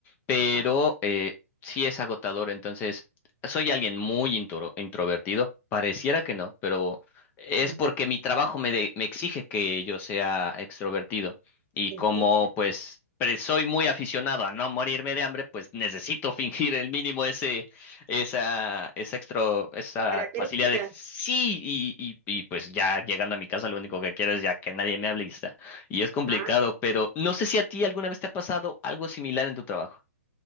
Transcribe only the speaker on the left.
pero
eh, sí es agotador. Entonces, soy alguien muy intro- introvertido, pareciera que no, pero es
porque mi trabajo me, de- me exige que yo sea extrovertido. Y
como pues pre- soy muy aficionado a no morirme de hambre, pues necesito <laughs> fingir el mínimo ese esa, esa extra, esa
facilidad de sí, y, y, y pues ya llegando a mi casa lo único que quiero es ya que nadie me hable y está. Y es complicado,
pero no sé si a ti alguna vez te ha pasado algo similar en tu trabajo.